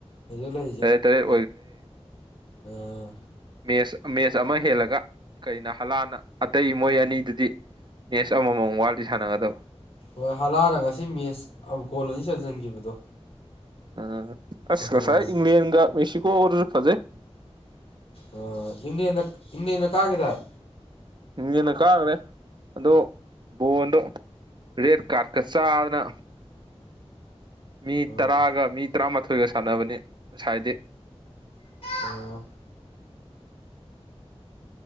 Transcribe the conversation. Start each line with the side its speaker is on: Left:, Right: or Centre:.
Left: ꯍꯧꯖꯤꯛ ꯂꯩꯔꯤꯖꯦ
Right: ꯇꯔꯦꯠ ꯇꯔꯦꯠ
Left: ꯎꯝ
Right: ꯃꯦꯁ ꯃꯦꯁ ꯑꯃ ꯍꯦꯜꯂꯒ ꯀꯩꯅ ꯍꯂꯥꯟꯅ ꯑꯇꯩ ꯃꯣꯏ ꯑꯅꯤꯗꯨꯗꯤ ꯅꯦꯁ ꯑꯃꯃꯝ ꯋꯥꯜꯗꯤ ꯁꯥꯟꯅꯒꯗꯕ
Left: ꯍꯣꯏ ꯍꯂꯥꯟꯅ ꯉꯁꯤ ꯃꯦꯁ ꯒ‌ꯣꯜ ꯑꯅꯤ ꯆꯟꯁꯤꯟꯈꯤꯕꯗꯣ
Right: ꯑꯥ ꯑꯁ
Left: ꯑꯗꯨꯗꯅꯦ
Right: ꯉꯁꯥꯏ ꯏꯪꯂꯦꯟꯒ ꯃꯦꯛꯁꯤꯀꯣꯒꯥ ꯗꯨꯁꯨ ꯐꯖꯩ
Left: ꯑ ꯏꯪꯂ‌ꯦꯟꯅ ꯏꯪꯂ‌ꯦꯟꯅ ꯀꯥꯒꯤꯗꯥꯏ
Right: ꯏꯪꯂ‌ꯦꯟꯅ ꯀꯥꯒ꯭ꯔꯦ ꯑꯗꯣ ꯕꯣꯜꯗꯣ ꯔꯦꯠ ꯀꯥꯔꯗ ꯀꯥ ꯆꯥꯗꯅ ꯃꯤ
Left: ꯎꯝ
Right: ꯇꯔꯥꯒ ꯃꯤ ꯇꯔꯥꯃꯥꯊꯣꯏꯒ ꯁꯥꯟꯅꯕꯅꯤ ꯉꯁꯥꯏꯗꯤ
Left: ꯑꯣ